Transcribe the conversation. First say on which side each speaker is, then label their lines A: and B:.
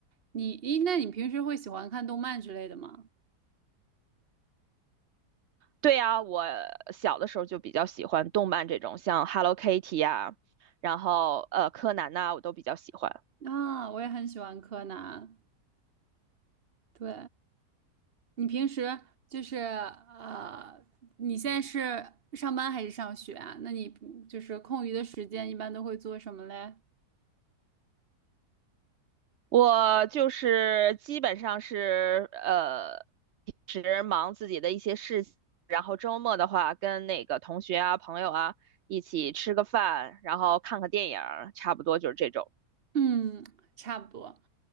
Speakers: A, on the right; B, on the right.
A: 你，咦，那你平时会喜欢看动漫之类的吗？
B: 对啊，我小的时候就比较喜欢动漫这种，像 Hello Kitty 呀、然后呃柯南呐、我都比较喜欢。
A: 啊，我也很喜欢柯南。对，你平时就是呃，你现在是上班还是上学啊？那你就是空余的时间一般都会做什么嘞？
B: 我就是基本上是呃，平时忙自己的一些事情，然后周末的话跟那个同学啊、朋友啊一起吃个饭，然后看个电影儿，差不多就是这种
A: 嗯，差不多。